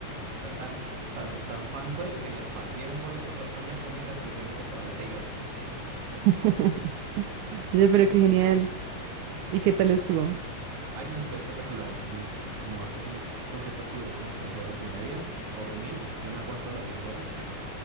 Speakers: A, on the right (about 50°); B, on the right (about 80°).
A: sea, tan, tan, tan fan soy que me pagué un boleto para España única y exclusivamente para ver a Taylor.
B: <laughs> Oye,
A: Sí,
B: pero
A: sí,
B: qué
A: sí.
B: genial. ¿Y qué tal estuvo?
A: Ay, no, estuvo espectacular. Pues, Nomás que es un concierto que duró como tres horas y media. Por mí, yo me aguanto las seis horas.